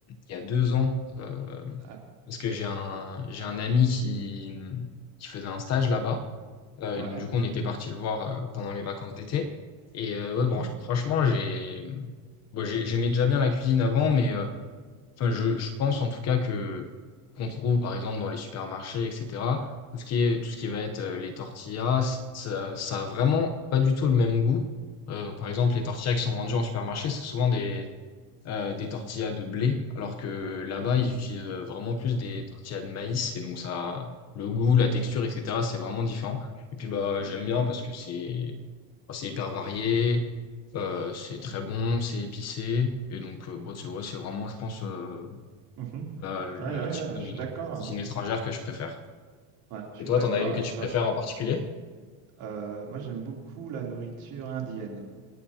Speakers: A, on the left; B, on the right.
A: il y a deux ans euh,
B: Ah,
A: parce que j'ai un j'ai un ami qui qui faisait un stage là-bas Euh,
B: ouais.
A: et donc du coup on était parti le voir euh, pendant les vacances d'été et euh,
B: Mhm.
A: ouais bon, franchement j'ai bon, j'ai- j'aimais déjà bien la cuisine avant mais euh, Enfin, je, je pense en tout cas que qu'on trouve par exemple dans les supermarchés, etc. Tout ce qui est tout ce qui va être euh, les tortillas, ça, ça a vraiment pas du tout le même goût. Euh, par
B: Ouais.
A: exemple, les tortillas qui sont vendues en supermarché, c'est souvent des euh, des tortillas de blé, alors que là-bas ils utilisent euh, vraiment plus des tortillas de maïs et donc ça le goût, la texture,
B: Ouais.
A: etc. C'est vraiment différent. Et puis bah
B: Mhm.
A: j'aime bien parce que c'est bah, c'est hyper varié, euh, c'est
B: Ouais.
A: très bon, c'est épicé et donc euh, bon, c'est ouais, c'est vraiment je pense euh,
B: Mhm.
A: la le
B: Ouais, ouais, ouais,
A: type de
B: ouais, je suis
A: non,
B: d'accord, hein.
A: cuisine étrangère que je préfère.
B: Ouais, je
A: Et
B: suis
A: toi,
B: d'accord
A: t'en as une que
B: avec
A: tu
B: toi.
A: préfères
B: Je-
A: en particulier?
B: euh, moi, j'aime beaucoup la nourriture indienne.